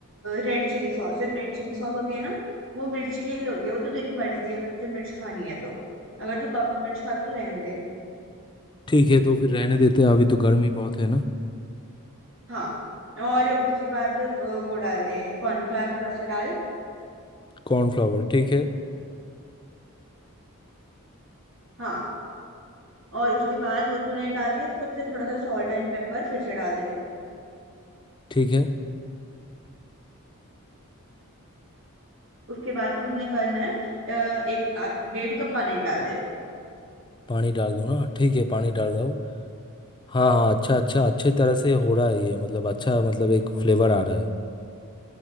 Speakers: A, on the right; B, on the left.
A: रेड चिली सॉस जो रेड चिली सॉस होती है ना वो मिर्ची के लिए होती है वो तो तेरी मर्जी है अगर तुझे मिर्च खानी है तो अगर तू कम मिर्च खाता तो रहने दे
B: ठीक है तो फिर रहने देते हैं अभी तो गर्मी बहुत है ना
A: हाँ और उसके बाद अ, वो डाल दे कॉर्नफ्लावर थोड़ा सा डाल
B: कॉर्नफ्लावर ठीक है
A: हाँ और उसके बाद वो तूने डाल दिया उसके बाद फिर थोड़ा सा सॉल्ट एंड पेपर फिर से डाल दे
B: ठीक है
A: उसके बाद तूने करना है अ, एक आध डेढ़ कप पानी डाल दे
B: पानी डाल दो ना ठीक है पानी डाल दो हाँ हाँ अच्छा अच्छा अच्छे तरह से हो रहा है ये मतलब अच्छा मतलब एक फ्लेवर आ रहा है